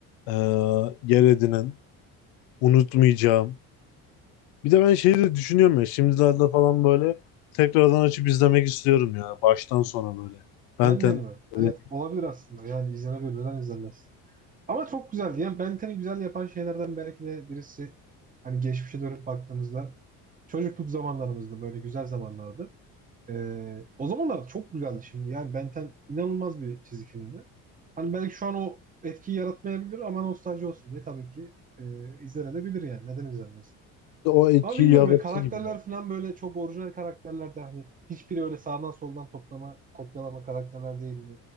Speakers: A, on the left; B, on the right.
A: eee, yer edinen unutmayacağım Bir de ben şeyi de düşünüyorum ya şimdilerde falan böyle tekrardan açıp izlemek istiyorum ya baştan sona böyle. Benten
B: Ben Ten'i mi?
A: yani
B: Evet olabilir aslında. Yani izlenebilir. Neden izlenmez? Ama çok güzeldi. Yani Ben Ten'i güzel yapan şeylerden belki de birisi hani geçmişe dönüp baktığımızda çocukluk zamanlarımızda böyle güzel zamanlardı. Ee, o zamanlar çok güzeldi şimdi. Yani Ben Ten inanılmaz bir çizgi filmdi. Hani belki şu an o etkiyi yaratmayabilir ama nostalji olsun diye tabii ki e, izlenebilir yani. Neden izlenmesin?
A: o etkiyi
B: Ama bilmiyorum
A: yaratır
B: ya karakterler
A: gibi ya.
B: falan böyle çok orijinal karakterler de hani hiçbiri öyle sağdan soldan toplama, kopyalama karakterler değildi.